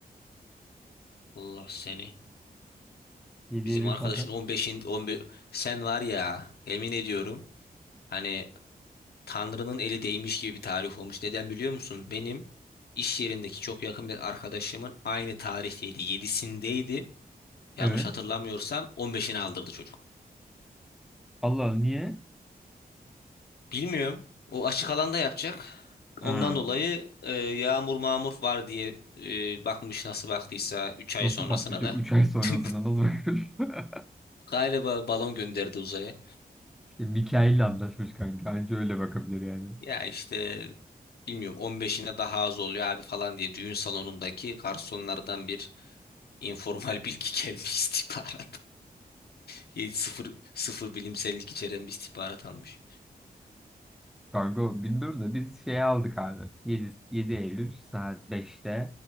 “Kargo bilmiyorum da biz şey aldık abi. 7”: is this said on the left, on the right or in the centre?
Centre